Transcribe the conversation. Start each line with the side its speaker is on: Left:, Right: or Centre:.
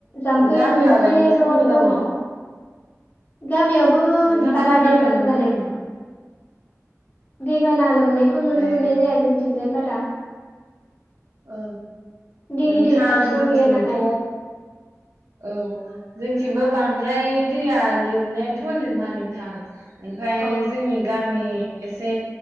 Left: जाम्फै
Right: गामियावलाय
Left: मोनसेल'
Right: नोंथांमोननि
Left: दङ
Right: गामियाव
Left: । गामियावबो
Right: नोंथांमोननि
Left: बारा
Right: गामियाव
Left: दैबाना
Right: लोमगोना
Left: जानाय
Right: लोमा?
Left: दै बाना लोमनायखौ नुनो
Right: ए
Left: मोननाय जाया जोंथिंजाय बारा ।
Right: औ
Left: दै
Right: नोंथां
Left: गिदिर खाथियाव
Right: जोंथिंथ'
Left: गैया नालाय
Right: औ जोंथिबो बांद्राय दैया लोमनायाथ' लोमा नोंथां ओमफाय
Left: अ
Right: जोंनि गामि एसे